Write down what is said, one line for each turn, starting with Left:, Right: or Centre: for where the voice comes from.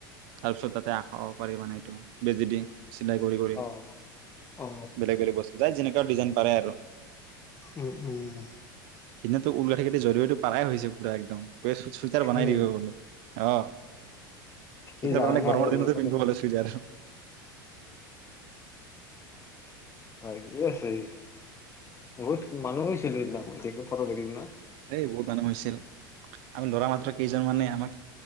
Right: তাৰপিছত তাত তাতে খাব পাৰিব মানে এইটো বেজি দিয়ে। চিলাই কৰি কৰি
Left: অ অ
Right: বেলেগ বেলেগ বস্তু তাই যেনেকুৱা ডিজাইন পাৰে আৰু
Left: উম উম।
Right: এতিয়াও তো উল গাঠি কেইটা জৰুৰীতটো পাৰাই হৈছে পুৰা একদম। <unintelligible> চুইজাৰ
Left: হয়
Right: বনাই
Left: নেকি
Right: দিব বোলে অ চুইজাৰ
Left: এই
Right: বনালে
Left: আৰু
Right: গৰমৰ দিনতে
Left: হয়
Right: পিন্ধিব
Left: কি?
Right: বোলে চুইজাৰ
Left: হয় আছেহি। বহুত মানুহ হৈছিলো সেইদিনা লাগিব না
Right: এই বহুত মানুহ হৈছিল আমি ল'ৰা মাত্ৰ কেইজন মানে
Left: উম
Right: আমাক।